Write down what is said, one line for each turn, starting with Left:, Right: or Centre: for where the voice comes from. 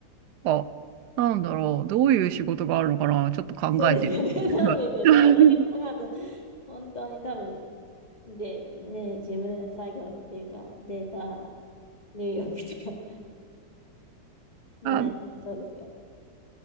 Right: あ、なんだろう。どういう仕事があるのかなちょっと考えてみる。
Left: そうですよね。<laughs> そうですよ。
Right: <laughs>
Left: 大体ってなんか本当に多分でね、事務作業っていうかデータ入力とか <laughs> になっちゃいそうですけどね。
Right: あ、